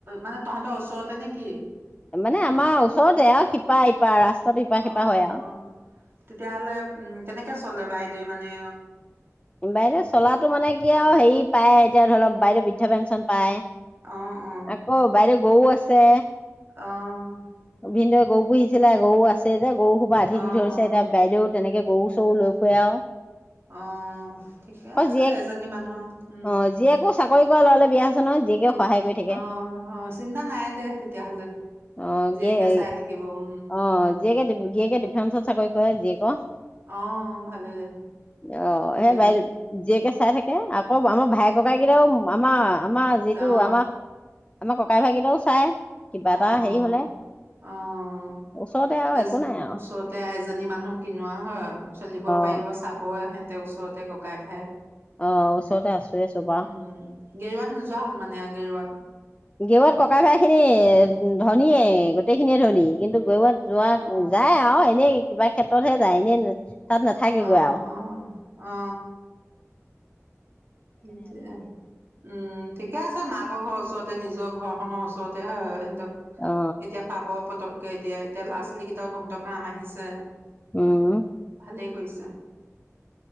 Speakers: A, on the right (about 50°); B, on the left (about 20°).
A: মানে তহঁতৰ ওচৰতে নেকি?
B: মানে আমাৰ ওচৰতে আও সিপাৰ ইপাৰ ৰাস্তাতো ইপাৰ
A: অ
B: সিপাৰ
A: অ
B: হয় আও।
A: তেতিয়াহ'লে উ কেনেকে চলে বাইদেউৱে মানে?
B: বাইদেউ চলাটো মানে কি আৰু হেৰি পায় এতিয়া ধৰি লওক বাইদেউ বৃদ্ধ পেঞ্চন পায়।
A: অ অ।
B: আকৌ বাইদেউ গৰু আছে।
A: অ'।
B: ভিনদেউ গৰু পুহিছিলে, গৰু আছে যে, গৰু সোপা আধি
A: অ
B: দি থৈছে
A: অ
B: এতিয়া বাইদেউ তেনেকে গৰু, চৰু লৈ ফুৰে আউ।
A: অ', ঠিকে আছে
B: জীয়েক
A: দে, এজনী মানুহ আউ উম।
B: অ জীয়েকো চাকৰি কৰা ল'ৰালে বিয়া হৈছে নহয়, জীয়েকে সহায় কৰি থাকে
A: অ', অ', চিন্তা নাই দে তেতিয়াহ'লে।
B: অ',
A: জীয়েকে
B: গে এই
A: চাই থাকিব উম।
B: অ', জীয়েকে গিয়েকে ডিফেন্সত চাকৰি কৰে জীয়েকৰ।
A: অ', ভালে দে
B: অ
A: তেতিয়াহ'লে।
B: সেই বাইদেউ জীয়েকে চাই থাকে, আকৌ আমাৰ ভাই ককাই কেইটাও আমাৰ-আমাৰ যিটো
A: অ
B: আমাৰ আমাৰ ককাই ভাইকেইটাও চাই। কিবা এটা
A: অ',
B: হেৰি
A: অ',
B: হলে
A: অ'।
B: ওচৰতে আৰু
A: এ
B: একো নাই আৰু
A: ওচৰতে এজনী মানুহ কিনো আৰু হয় চলিব পাৰিব।
B: অ
A: চাব এহেঁতেও ওচৰতে ককাই, ভাই।
B: অ', ওচৰতে আছোয়ে চব
A: উম
B: আউ।
A: গেৰুৱাত নোযোৱা হ'ল মানে আ গেৰুৱাত।
B: গেৰুৱাত ককা ভাইখিনি ধনীয়ে, গোটেই খিনিয়ে ধনী কিন্তু গেৰোৱাত যোৱা
A: অ
B: যায় আৰু, এনেই কিবা ক্ষেত্ৰতহে যায় এনেই তাত নেথাকে
A: অ
B: গৈ আউ।
A: অ অ <unintelligible> উম, ঠিকে আছে মাকৰ ঘৰৰ ওচৰতে নিজৰ ঘৰখনৰ ওচৰতে হয়, এহেঁতক
B: অ
A: এতিয়া পাব পতককে এতিয়া, এতিয়া ল'ৰা ছোৱালী কেইটাও তহঁতৰ কাম আহিছে।
B: উম।
A: ভালেই কৰিছা।